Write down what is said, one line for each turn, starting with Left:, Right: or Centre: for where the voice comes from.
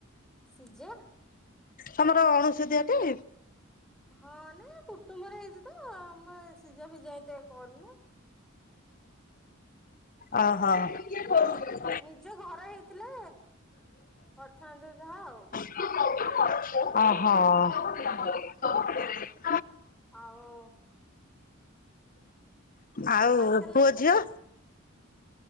Centre: ସିଜା
Left: ତମର ଅଣସୁଧିଆଟି
Centre: ହଁ ନାଇଁ କୁଟୁମ୍ବରେ ହେଇଚିତ ଆମେ ସିଝା ଫିଜା ଏତେ କରନୁ
Left: ଓ ହୋ <unintelligible>
Centre: ନିଜ ଘରେ ହେଇଥିଲେ, କରିଥାନ୍ତୁ ଯାହା ଆଉ
Left: <unintelligible> ଅ ହ,
Centre: ଆଉ
Left: ଆଉ
Centre: ଖାଇସାରିଲେଣି
Left: ପୁଅ ଝିଅ